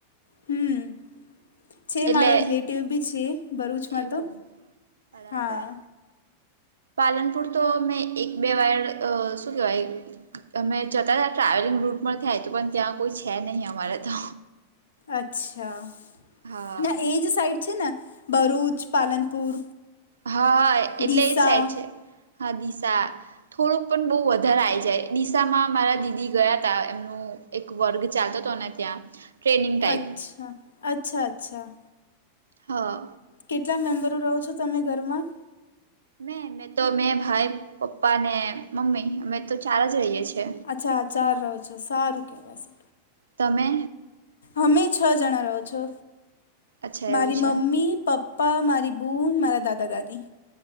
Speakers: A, on the left (about 65°); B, on the right (about 70°).
A: હમ. છે
B: એટલે
A: મારા રિલેટિવ બી છે ભરૂચમાં
B: એવું
A: તો
B: બરાબર
A: હા
B: પાલનપુર તો મેં એક બે વાયર શું કેવાય અમે જતા હતા ટ્રાવેલિંગ રૂટ પર થાય તોું પણ ત્યાં કોઈ છે નહીિ અમારે તો
A: અચ્છા
B: હા
A: ના એ જ સાઈડ છે ને ભરૂચ પાલનપુર
B: હા હા એટલે
A: ડીસા
B: એ સાઈડ છે હા દિશા થોડુંક પણ બહુ વધારે આ જાય નિિસામાં મારા દીદી ગયા તા એમનું એક વર્ગ ચાલતો હતો ને ત્યાં ટ્રેનિંગ ટાઈપ
A: અચ્છા અચ્છા અચ્છા
B: હા
A: કેટલા મેમ્બરો રહો છો તમે ઘરમાં
B: મેં મેં તો મેં ભાઈ પપ્પા ને મમ્મી અમે તો ચાર જ રહીએ છીએ
A: અચ્છા આચાર રહ છો સારું કહેવાય
B: તમે
A: અમે છ જણા રહો છો
B: અચ્છા
A: મારી
B: એવું છે
A: મમ્મી પપ્પા પપ્પા મારી બૂન મારા દાદા દાદી